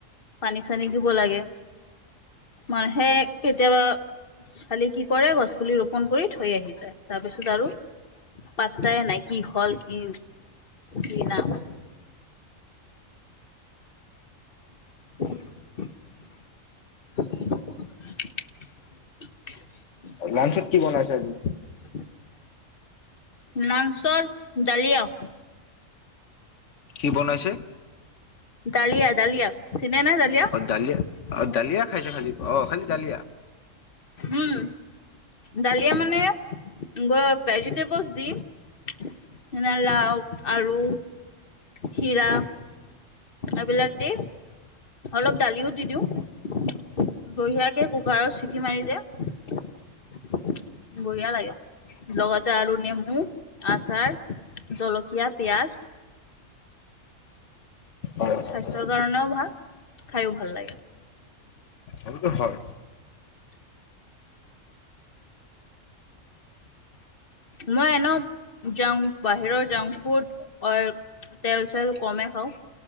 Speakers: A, on the left; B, on the left.
A: পানী চানী দিব লাগে অ' হেই কেতিয়াবা। খালি কি কৰে, গছ পুলি ৰোপন কৰি থৈ আহি যায়। তাৰপিছত আৰু পাত্তাই নাই কি হ'ল কি কিনাহুৱা <unintelligible> <unintelligible>
B: লানঞ্চত কি বনাইছা আজি।
A: <unintelligible> লাঞ্চত ডালিঅ'
B: কি বনাইছে?
A: ডালিয়া, ডালিয়া। চিনা ডালি
B: অ' দালিয়া অ দালিয়া খাইছোঁ খালি অ' খালি ডালিয়া।
A: উম, দালিয়া মানে গ ভেজিটেবলছ দি। <unintelligible> লাওঁ আৰু খিৰা। এইবিলাক দি, অলপ দালিও দি দিওঁ। বঢ়িয়াকে কুকাৰত চিটি মাৰি দে। বঢ়িয়া লাগে লগতে আৰু নেমু আছাৰ। জলকীয়া, পিয়াঁজ
B: এইটোতো
A: স্বাস্থ্যৰ কাৰণেও ভাল। খাইও ভাল লাগে।
B: সেইটো হয়।
A: <unintelligible> মই এনেও জাং বাহিৰৰ জাংক ফুত অ' তেল চেল কমে খাওঁ,